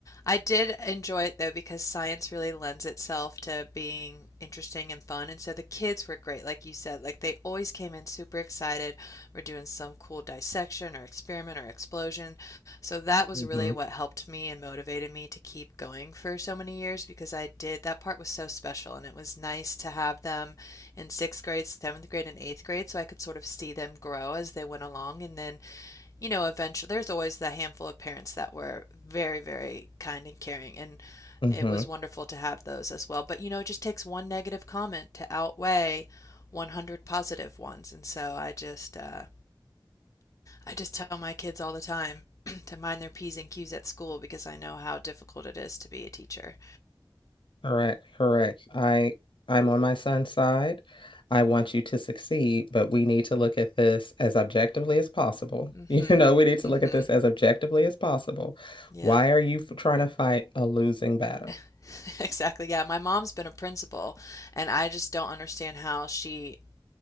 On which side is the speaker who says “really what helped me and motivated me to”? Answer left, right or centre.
Left